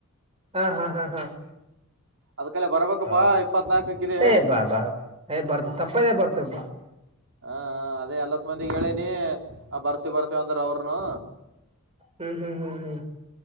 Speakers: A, on the right (about 25°); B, on the right (about 60°).
A: ಹ ಹ ಹ
B: ಅದ್ಕಲೆ ಬರ್ಬೇಕಪ್ಪಾ
A: ಹ
B: ಇಪ್ಪತ್ನಾಕಕ್ಕಿದೆ
A: ಏ ಬಾ ಬಾ ಏ ಬರ್ತ ತಪ್ಪದೇ ಬರ್ತೇಪಾ
B: ಹಾ ಅದೇ ಎಲ್ಲ ಅಸ ಮಂದಿ ಹೇಳೇನಿ ಆ ಬರ್ತಿ ಬರ್ತ ಖುಷಿ ಆಗ್ತರಾವರನೂ
A: ಹ್ಮ್ ಹ್ಮ್ ಹ್ಮ್ ಹ್ಮ್